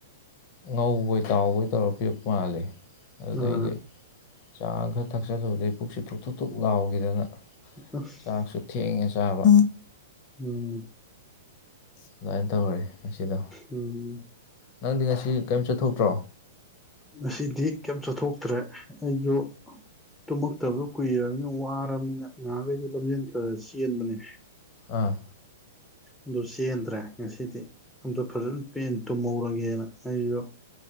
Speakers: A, on the left (about 45°); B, in the centre.
A: ꯉꯧꯕꯣꯏ ꯇꯥꯎꯕꯣꯏ ꯇꯧꯔ ꯄꯤꯔꯛꯄ ꯃꯥꯜꯂꯦ ꯑꯗꯨꯗꯩꯗꯤ
B: ꯑꯥ
A: ꯆꯥ ꯈꯔ ꯊꯛꯆꯜꯂꯨꯕꯗꯩ ꯄꯨꯛꯁꯤ ꯊꯨꯛ ꯊꯨꯛ ꯊꯨꯛ ꯂꯥꯎꯒꯤꯗꯅ
B: ꯇꯁ
A: ꯆꯥꯛꯁꯨ ꯊꯦꯡꯉꯦ ꯆꯥꯕ
B: ꯎꯝ
A: ꯑꯗꯨꯃꯥꯏꯅ ꯇꯧꯈꯔꯦ ꯉꯁꯤꯗꯣ
B: ꯎꯝ
A: ꯅꯪꯗꯤ ꯉꯁꯤ ꯀꯔꯤꯝ ꯆꯠꯊꯣꯛꯇ꯭ꯔꯣ
B: ꯉꯁꯤꯗꯤ ꯀꯩꯝ ꯆꯠꯊꯣꯛꯇ꯭ꯔꯦ ꯑꯩꯁꯨ ꯇꯨꯝꯃꯛꯇꯕ ꯀꯨꯏꯔꯝꯃꯤꯅ ꯋꯥꯔꯝꯅꯤꯅ ꯉꯍꯥꯂꯩꯗꯦ ꯂꯝꯖꯦꯟ ꯈꯔ ꯆꯦꯟꯕꯅꯦ
A: ꯑꯥ
B: ꯑꯗꯨ ꯆꯦꯟꯗ꯭ꯔꯦ ꯉꯁꯤꯗꯤ ꯑꯝꯇ ꯐꯖꯅ ꯄꯦꯟ ꯇꯨꯝꯍꯧꯔꯒꯦꯅ ꯑꯩꯁꯨ